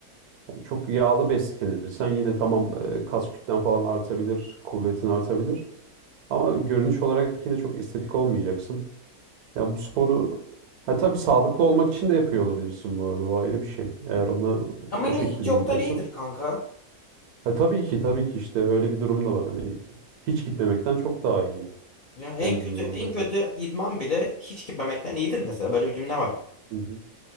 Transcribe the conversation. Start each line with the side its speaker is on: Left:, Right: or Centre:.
Right: Hani, Çok yağlı beslenirsen yine tamam e, kas kütlen falan artabilir, kuvvetin artabilir. Ama görünüş olarak yine çok estetik olmayacaksın. Ya bu sporu ha, tabii sağlıklı olmak için de yapıyor olabilirsin bu arada o ayrı bir şey. Eğer ona
Left: Ama
Right: o
Left: yine
Right: şekilde
Left: hiç yoktan
Right: gidiyorsun.
Left: iyidir kanka.
Right: Ha, tabii ki tabii ki işte öyle bir durum da var. Hani hiç gitmemekten çok daha iyi.
Left: Ya en
Right: En azından
Left: kötü en
Right: böyle.
Left: kötü idman bile hiç gitmemekten iyidir mesela böyle bir cümle var.
Right: Hı hı.